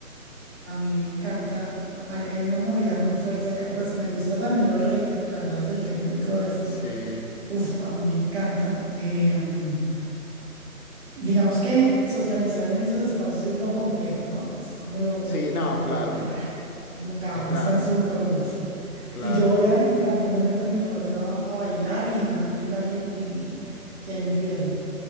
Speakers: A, on the right; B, on the left.
A: A mí me encanta. Hay, hay una movida muy fuerte acá. Pues me gusta también los raves, lo que hablabas del techno y todo esto.
B: Sí,
A: Uf, a mí me encanta. Em, digamos que socializar en esos espacios es lo complejo, ¿no? Es como lo, lo,
B: sí,
A: lo,
B: no,
A: lo,
B: claro,
A: lo raro. Es como cada
B: es
A: uno
B: raro,
A: está en su rollo, sí.
B: claro,
A: Y yo voy
B: obvio.
A: a, y también me meto en mi rollo a, a bailar y bailo y bailo y, y ahí me pierdo.